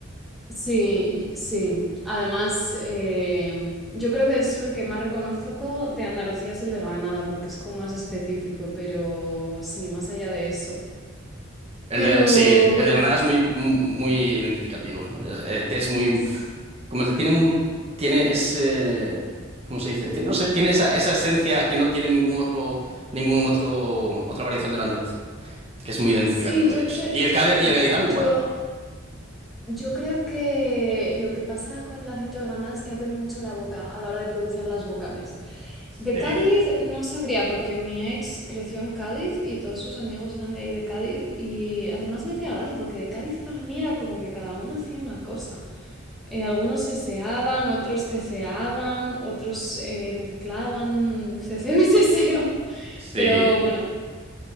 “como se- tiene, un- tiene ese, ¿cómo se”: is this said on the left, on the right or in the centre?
Right